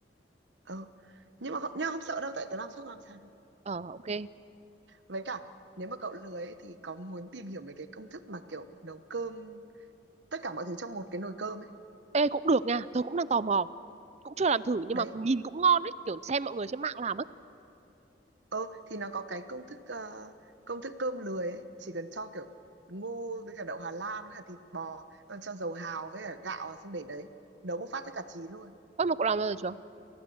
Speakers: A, on the right (about 85°); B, on the right (about 40°).
A: ờ nhưng mà không, nhưng mà không sợ đâu tại tớ làm suốt làm sao đâu
B: Ờ ok.
A: với cả nếu mà cậu lười ấy thì có muốn tìm hiểu mấy cái công thức mà kiểu nấu cơm tất cả mọi thứ trong một cái nồi cơm ấy
B: Ê cũng được nha, tớ cũng đang tò mò. Cũng chưa làm thử nhưng
A: đấy
B: mà nhìn cũng ngon ấy, kiểu xem mọi người trên mạng làm ấy.
A: ờ thì nó có cái công thức ờ, công thức cơm lười ấy chỉ cần cho kiểu ngô với cả đậu Hà Lan với cả thịt bò xong cho dầu hào với cả gạo vào, xong để đấy nấu một phát tất cả chín luôn
B: Ơ mà cậu làm bao giờ chưa?